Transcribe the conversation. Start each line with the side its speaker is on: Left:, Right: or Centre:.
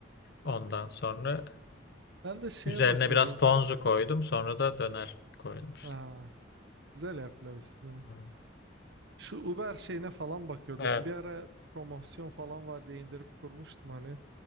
Left: Ondan sonra
Right: Ben de şeye
Left: üzerine
Right: bakıyordum.
Left: biraz ponzu koydum. Sonra da döner koydum işte.
Right: Aa, güzel ya pilav üstüne.
Left: Hmm.
Right: Şu Uber şeyine falan bakıyordum.
Left: Evet.
Right: Bir ara promosyon falan var diye indirip kurmuştum hani